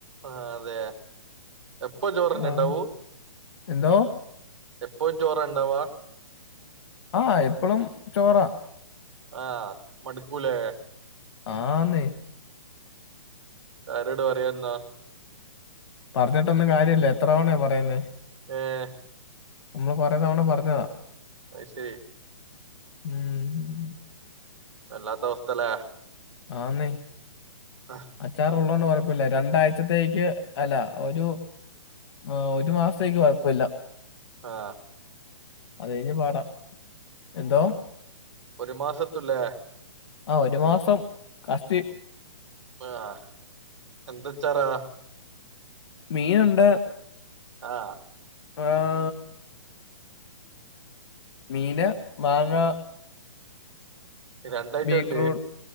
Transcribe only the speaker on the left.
ആ എന്തോ
ആഹ്എപ്പോളും ചോറാ.
ആന്നെ
പറഞ്ഞിട്ടൊന്നും കാര്യല്ല എത്ര തവണയ പറയുന്നെ
നമ്മൾ കൊറേ തവണ പറഞ്ഞതാ
ഉം
ആന്നെ
അച്ചാറ് ഒള്ളൂണ്ട് കൊഴപ്പില്ല രണ്ടാഴ്ചത്തേക്ക് അല്ല ഒരു ആഹ് ഒരു മാസത്തേക്ക് കൊഴപ്പില്ല
അത് കഴിഞ്ഞ് പാടാ എന്തോ
ആ ഒരു മാസം കാസ്തി
മീൻ ഉണ്ട്
ആഹ് മീന് മാങ്ങ
ബീറ്റ്റൂട്ട്